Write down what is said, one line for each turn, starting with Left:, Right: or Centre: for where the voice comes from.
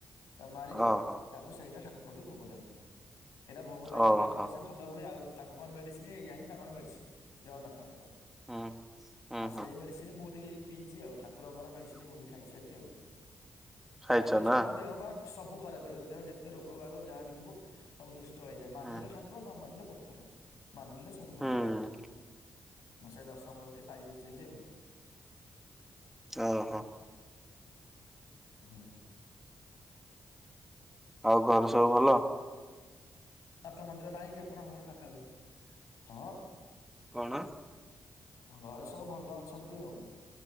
Left: ତା ମାରିବେ ଟି
Centre: ଓହୋ
Left: ତାକୁ ସେଇଟା ଠାକୁରଙ୍କଠି ଭୋଗ ଲାଗେ ସେଇଟା ଭୋଗ ଲାଗିଲେ
Centre: ଓହୋ
Left: ତାଙ୍କର ସେ ଭ ଭଲ ହୁଏ ଆଉ ତାଙ୍କୁ କଣ ମେଡ଼ିସିନ ଏଇୟଆ ହିଁ ତାଙ୍କର ମେଡ଼ିସିନ ଜଗନ୍ନାଥଙ୍କର।
Centre: ହୁଁ। ହୁଁ
Left: ଆଉ
Centre: ହୁଁ
Left: ସେଇ ମେଡିସିନ ମୁଁ ଟିକେ ବି ପିଇଛି ଆଉ ଠାକୁରଙ୍କର ମେଡିସିନ ମୁଁ ବି ଖାଇଛି ଆଜି ଆଉ
Centre: ଖାଇଛ
Left: ଖାଇ ଦେଇେଇଛି
Centre: ନା
Left: ମାନେ ଦେହ ବା ସବୁ ଖରାପ ହେଇଯିବ ଦେହ ଯେତେ ରୋଗ ଭାଗ ଯାହା ବି ଥିବ ସବୁ ସୁଷ୍ଟ ହେଇଯଏ ମାନିଲେ
Centre: ହୁଁ
Left: ଠା ପୁରା ନ ମାନିଲେ ପଥର ମାନିଲେ ସବୁ ଭଲ
Centre: ହୁଁ
Left: ହବ। ମୁଁ ସେଇ ଦଶ ମୂଳ ଟିକେ ପାଇ ଦେଇଛି ଆଉ।
Centre: ଅ ହ।
Left: ହୁଁ
Centre: ଆଉ ଘରେ ସବୁ ଭଲ।
Left: ନାଥ ମନ୍ଦିର ନାହିଁକି ଆପଣଙ୍କ ଘର ପାଖାପାଖି? ହଁ
Centre: କଣ
Left: ଘରେ ସବୁ ଭଲ ଅଛନ୍ତି ଆଉ।